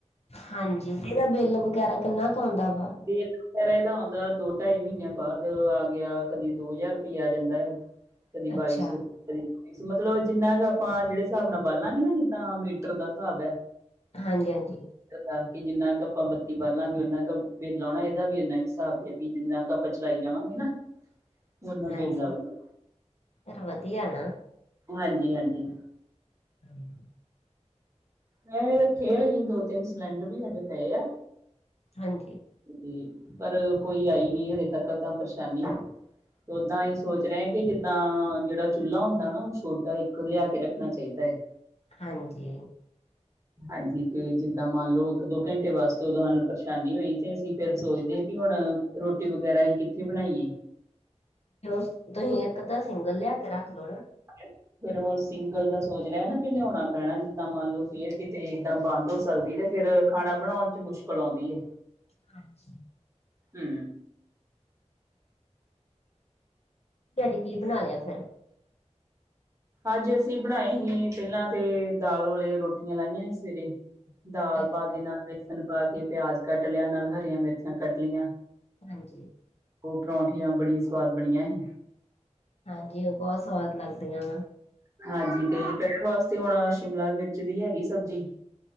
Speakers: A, on the left; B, on the right.
A: ਹਾਂਜੀ, ਇਹਦਾ ਬਿੱਲ ਵਗੈਰਾ ਕਿੰਨਾ ਕੁ ਆਉਂਦਾ ਵਾ।
B: <unintelligible> ਇਹਦਾ ਆਉਂਦਾ ਦੋ ਢਾਈ ਮਹੀਨਿਆਂ ਬਾਅਦ ਆ ਗਿਆ, ਕਦੀ ਦੋ ਹਜ਼ਾਰ ਰੁਪਇਆ ਜਾਂਦਾ ਹੈ। ਕਦੀ
A: ਅੱਛਾ,
B: ਬਾਈ ਸੌ। ਮਤਲਬ ਜਿੰਨਾ ਆਪਾਂ ਜਿਹੜੇ ਹਿਸਾਬ ਨਾਲ ਬਾਲਾਲਾਂਗੇ ਨਾ ਜਿੱਦਾਂ ਮੀਟਰ ਦਾ ਹਿਸਾਬ ਹੈ।
A: ਹਾਂਜੀ, ਹਾਂਜੀ।
B: ਤੇ ਅਸੀ ਜਿਹਨਾਂ ਘਟਾਂ ਬੱਚੀ ਕਰ ਲਾਂਗੇ, ਉਹਨਾ ਕੁ ਬੇਲਣੇ ਦਾ ਵੀ ਇੰਨਾ ਹਿਸਾਬ ਰਖੋ, ਜਿੰਹਨਾ ਕੁ ਆਪਾਂ ਚਲਾਈ ਜਾਵਾਂਗੇ ਨਾ। ਓਨਾ
A: ਹਾਂਜੀ,
B: ਬਿੱਲ ਆਊਗਾ
A: ਇਹ ਤੇ ਵਧੀਆ ਏ ਨਾ।
B: ਹਾਂਜੀ-ਹਾਂਜੀ।
A: ਹਮ।
B: ਮੈਂ ਵੱਖਰੇ ਗੀਤ ਵਚਨ ਸੁਨਾਉਂਦੀ ਵੀ ਆਂ, ਬਟ ਓਹਯਾ
A: ਹਾਂਜੀ।
B: ਉਮ, ਪਰ ਹਜੇ ਕੋਈ ਆਈ ਹੀ ਨਹੀਂ ਹਲੇ ਤੱਕ ਤਾਂ ਪਰੇਸ਼ਾਨੀ। ਓਹਦਾਂ ਅਸੀਂ ਸੋਚ ਰਹੇ ਹਾਂ ਕਿ ਜਿੱਹਦਾਂ, ਜਿਹੜਾ ਚੁੱਲ੍ਹਾ ਹੁੰਦਾ ਨਾ, ਉਹ ਛੋਟਾ ਇੱਕ ਲਿਆ ਕੇ ਰੱਖਣਾ ਚਾਹੀਦਾ ਹੈ।
A: ਹਾਂਜੀ।
B: ਹਾਂਜੀ। ਤੇ ਜਿੱਹਦਾਂ ਮੰਨ ਲਓ, ਇੱਕ- ਦੋ ਘੰਟੇ ਵਾਸਤੇ ਤੁਹਾਨੂੰ ਪਰੇਸ਼ਾਨੀ ਹੋਈ। ਤੇ ਅਸੀਂ ਫੇਰ ਸੋਚਦੇ ਤੀ, ਹੁਣ ਰੋਟੀ ਵਗੈਰਾ ਅਸੀ ਕਿੱਥੇ ਬਣਾਈਏ।
A: ਮਸਤ ਇੱਕ ਤਾਂ ਸੋ ਰਹੀਆ ਤੇ ਰੱਖ ਲਓ ਨਾ।
B: <inaudible> ਫਿਰ ਵੋ ਸਿੰਗਲ ਦਾ ਸੋਚ ਰਿਹਾ ਨਾ ਕਿ ਲਿਆਉਣਾ ਪੈਣਾ, ਜਿੱਹਦਾਂ ਮੰਨ ਲੋ ਫੇਰ ਕਿਤੇ ਇਹਦਾਂ ਬੰਦ ਹੋ ਸਕਦੀ। ਤੇ ਫਿਰ ਖਾਣਾ ਬਣਾਉਣ ਚ' ਮੁਸ਼ਕਿਲ ਆਉਂਦੀ ਹੈ।
A: ਹਾਂਜੀ।
B: ਹੂੰ।
A: ਦਆੜੀ ਕੀ ਬਣਾ ਲਿਆ ਫੇਰ
B: ਅੱਜ ਅਸੀਂ ਬਣਾਏ ਹੀਂ, ਪਹਿਲਾਂ ਤੇ ਦਾਲ ਵਾਲਿਆ ਰੋਟੀਆਂ ਬਣਾਈਆਂ ਸੀ। ਸੁਵੇਰੇ। ਦਾਲ
A: ਅੱਛਾ।
B: ਪਾ ਕੇ, ਨਾਲ ਬੇਸਨ ਪਾ ਕੇ ਪਿਆਜ ਕੱਟ ਲਿਆ, ਨਾਲ ਹਰੀਆਂ ਮਿਰਚਾਂ ਕੱਟ ਲਈਆਂ।
A: ਹਾਂਜੀ।
B: ਹੋਰ ਪਰੌਂਠੀਆਂ ਬੜੀਆਂ ਸੁਵਾਦ ਬਣੀਆਂ ਹੀਂ।
A: ਹਾਂਜੀ। ਉਹ ਬਹੁਤ ਸੁਵਾਦ ਲੱਗਦੀਆਂ ਆਂ।
B: ਹਾਂਜੀ। ਤੇ ਦੁਪਹਿਰ ਵਾਸਤੇ ਹੁਣ ਸ਼ਿਮਲਾ ਮਿਰਚ ਦੀ ਹੈਗੀ ਸਬਜੀ।